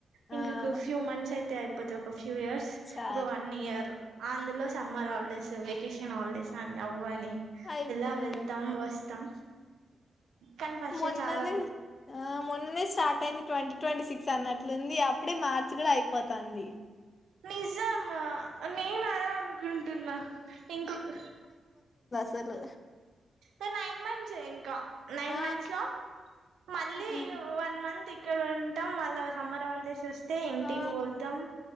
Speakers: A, on the left; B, on the right.
A: ఆ
B: ఇంకొక్క ఫ్యూ మంత్స్ అయితే. అంతె అయిపోతది ఒక ఫ్యూవ్ ఇయర్స్
A: చా
B: ఒక వన్ ఇయర్ అందులో. సమ్మర్ హాల్డేస్ వెకేషన్ హాల్డేస్ అని అవ్వని
A: అయిపోయింది
B: ఇలా వెళ్తాం వస్తాం. కానీ ఫస్ట్
A: మొన్ననే
B: ఇయర్ చాలా
A: ఆహ్ మొన్ననే స్టార్ట్ అయింది ట్వంటీ ట్వంటీ సిక్స్. ఉమ్ అన్నట్లుంది అప్పుడే మార్చి గూడా అయిపోతంది.
B: నిజమా నేను అదే అన్కుంటున్నా ఇంకొక.
A: తలు.
B: కానీ నైన్ మంత్స్ ఏ ఇంకా నైన్
A: ఆ
B: మంత్స్ లో మళ్ళీ
A: ఉమ్,
B: వన్ మంత్ ఇక్. ఇక్కడ ఉంటాం మళ్ళా సమ్మర్ హాలిడేస్ ఓస్తె. తే ఇంటికి
A: ఆ
B: వోతాం